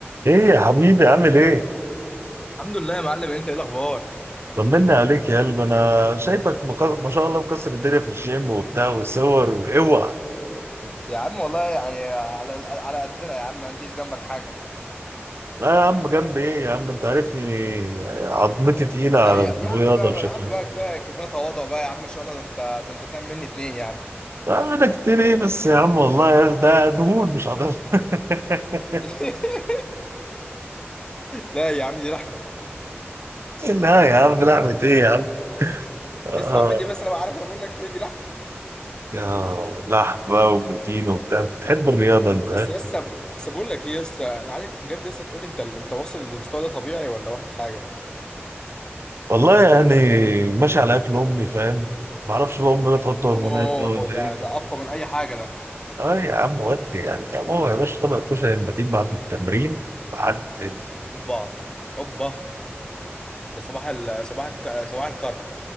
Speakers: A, on the right (about 70°); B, on the left (about 20°).
A: ايه يا حبيبي عامل ايه؟
B: الحمد لله يا معلم انت ايه الاخبار
A: طمنا عليك يا قلب انا شايفك مك... ما شاء الله مكسر الدنيا في الجيم وبتاع وصور واوعى
B: يا عم والله يعني على على قدنا يا عم ما نجيش جنبك حاجه
A: لا يا عم جنب ايه يا عم انت عارفني عظمتي تقيلة على
B: لا يا يا
A: الرياضة
B: عم بقى
A: بشكل
B: بقى- يا عم بقى كفايه كفايه تواضع بقى يا عم ما شاء الله ده انت ده انت تعمل مني اتنين يا عم
A: عام اعمل كتير ايه بس يا عم والله يا- ده دهون مش عضلة <laughs>
B: <laughs> لا يا عم دي رحمه
A: لا يا عم لحمة ايه يا عم آه
B: اسمع مني بس انا بقى عارف انا بقول لك ايه دي رحمه
A: آه لحم بقى وبروتين وبتاع بتحب الرياضة انت ها؟
B: بس لسه بس بقول لك ايه لسه انا عايزك بجد لسه تقول لي انت انت واصل للمستوى ده طبيعي ولا واخد حاجه
A: والله يعني ماشي على اكل امي فاهم معرفش بقى امي بتحط هرمونات
B: اوه
A: ده ولا
B: ده ده
A: ايه
B: اقوى من اي حاجه ده
A: اه يا عم ودي يعني طب هو يا باشا طبق الكشري لما تيجي بعد التمرين على الدنيا
B: اوبا اوبا ده صباح ال صباح الك... صباح الكرب